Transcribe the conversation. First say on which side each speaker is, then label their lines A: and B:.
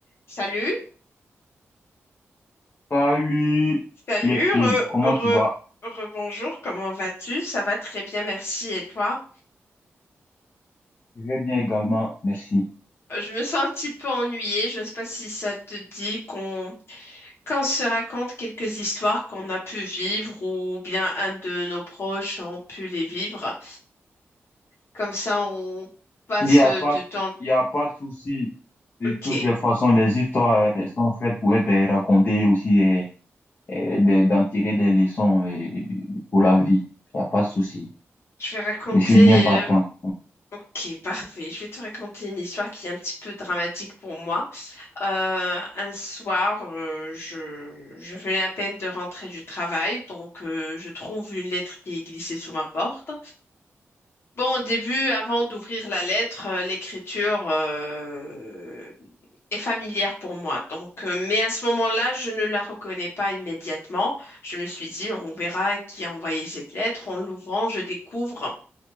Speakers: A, on the left; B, on the left.
A: Salut,
B: Salut
A: salut,
B: les filles,
A: re,
B: comment
A: re-
B: tu vas?
A: rebonjour, comment vas-tu? Ça va très bien, merci. Et toi?
B: Je vais bien également, merci.
A: Euh, Je me sens un petit peu ennuyée. Je ne sais pas si ça te dit qu'on qu'on se raconte quelques histoires qu'on a pu vivre ou bien un de nos proches ont pu les vivre. Comme ça, on passe
B: Il n'y a
A: euh,
B: pas,
A: du temps.
B: il y a pas de souci. De
A: Ok,
B: toutes les façons, les histoires euh, sont faites pour être euh, racontées aussi euh, euh, de- d'en tirer des leçons euh, pour la vie. Il n'y a pas de souci.
A: je vais raconter.
B: Je suis bien partant.
A: euh, Ok, parfait. Je vais te raconter une histoire qui est un petit peu dramatique pour moi. Euh, un soir, euh, je, je venais à peine de rentrer du travail, donc euh, je trouve une lettre qui est glissée sous ma porte. Bon, au début, avant d'ouvrir la lettre, euh, l'écriture euh, est familière pour moi. Donc, euh, mais à ce moment-là, je ne la reconnais pas immédiatement. Je me suis dit, on verra qui a envoyé cette lettre. En l'ouvrant, je découvre